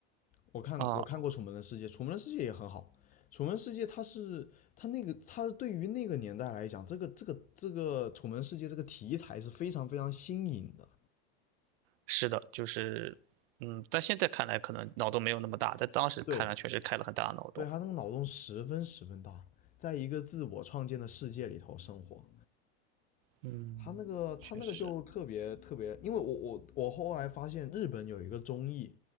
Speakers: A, on the left; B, on the right.
A: 我看我看过《楚门的世界》，
B: 啊
A: 《楚门的世界》也很好，《楚门世界》它是它那个它对于那个年代来讲，这个这个这个《楚门世界》这个题材是非常非常新颖的。
B: 是的，就是，嗯，但现在看来可能脑洞没有那么大，但当时看来确实开了很大的脑洞。
A: 对，对他那个脑洞十分十分大，在一个自我创建的世界里头生活。
B: 嗯，
A: 他那个他那个就特别特别，
B: 确实，
A: 因为我我我后来发现日本有一个综艺，